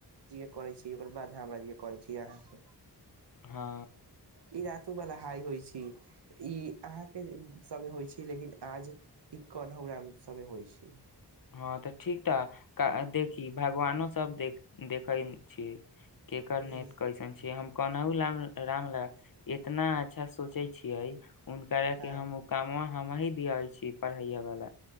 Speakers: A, on the right; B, on the left.
A: जे करै छी ओकर बाद हमरा जे करै छी अहाँ।
B: हँ
A: ई रातो बला हाइ होइ छी। ई अहाँ के संगे होइ छी लेकिन आज ई कन हमरा संगे होइ छैय।
B: हँ तऽ ठीक तऽ देखी भगवानो सब देख देखैत छियै। केकर
A: ह
B: नेत कैसन छैय हम कोनहु ला राम लाल इतना अच्छा सोचै छियै हुनकरा
A: हँ
B: के हम कामवा हमही दियाै छी पढ़ैय वाला